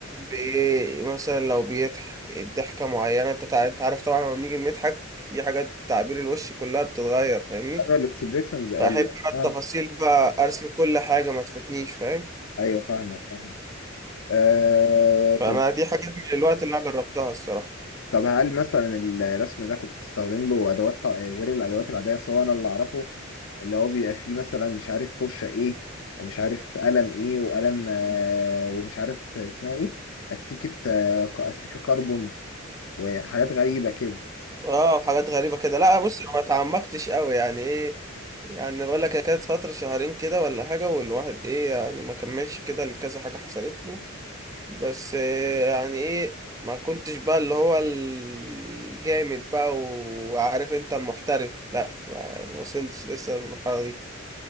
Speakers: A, on the right (about 15°); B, on the left (about 70°).
A: ايه مثلا لو بيضحك الضحكه معينه انت تع- انت عارف طبعا لما بنيجي نضحك في حاجات تعبير الوش كلها بتتغير فاهمني
B: ايوه الاكسبريشنز قال
A: فاحب بقى التفاصيل
B: اه
A: بقى ارسم كل حاجه ما تفوتنيش فاهم
B: ايوه فاهمك فاهم آه
A: فانا
B: طب
A: دي حاجات من الوقت اللي انا جربتها الصراحه
B: طب هل مثلا الرسم ده كنت بتستخدم له ادوات تع- غير الادوات العاديه اصل هو انا اللي اعرفه اللي هو بيبقى فيه مثلا مش عارف فرشه ايه ومش عارف قلم ايه وقلم آه ومش عارف اسمها ايه استيكه آه ك- استيكه كربون وحاجات غريبه كده
A: اه وحاجات غريبة كده لا بص أنا ما اتعمقتش قوي يعني ايه يعني بقول لك هي كانت فترة شهرين كده ولا حاجة والواحد ايه يعني ما كملش كده لكذا حاجة حصلت له بس إيه يعني ايه ما كنتش بقى اللي هو الجامد بقى وعارف انت المحترف لا ما ما وصلتش لسه للمرحلة دي